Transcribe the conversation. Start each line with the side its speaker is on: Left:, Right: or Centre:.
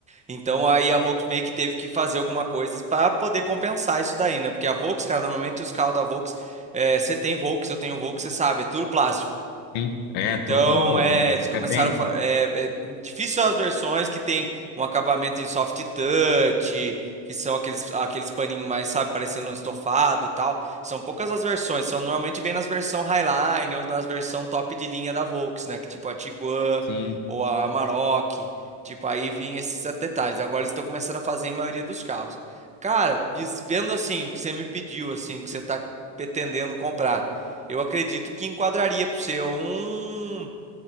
Right: Então aí a Volks meio que teve que fazer alguma coisa para poder compensar isso daí, né? Porque a Volks, cara, normalmente os carros da Volks, eh, você tem Volks, eu tenho Volks, você sabe, é tudo plástico.
Left: Sim, é
Right: Então,
Left: todo
Right: é, eles começaram
Left: é bem,
Right: a, fa- é, é difícil as versões que tem um acabamento em soft touch, que são aqueles aqueles paninhos mais, sabe, parecendo um estofado e tal. São poucas as versões, são normalmente vem nas versão Highline ou nas versão top de linha da Volks, né, que tipo a Tiguan
Left: sim,
Right: ou a Amarok, tipo aí vinha esses detalhes. Agora eles estão começando a fazer em maioria dos carros. Cara, vis- vendo assim o que você me pediu, assim, o que você está pretendendo comprar. Eu acredito que enquadraria para você um